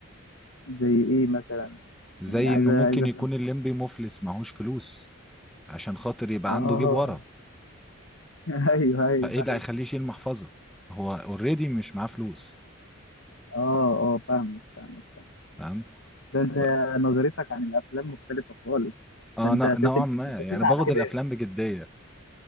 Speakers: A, on the left; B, in the centre.
A: زي ايه مثلا
B: زي
A: يعني عايز
B: انه
A: عايز
B: ممكن
A: افهم
B: يكون الليمبي مفلس معهوش فلوس عشان خاطر يبقى
A: اه
B: عنده جيب ورا
A: <laughs> ايوه ايوه
B: فايه اللي
A: ايوه
B: هيخليه يشيل محفظة هو اوريدي مش معاه فلوس
A: اه اه فاهمك فاهمك فاهمك.
B: فاهم
A: ده انت
B: ف...
A: نظرتك عن الافلام مختلفه خالص
B: اه
A: ده انت
B: ن-
A: هتت-
B: نوعا ما
A: انت
B: يعني
A: هتتعب
B: باخد
A: كده
B: الافلام بجديه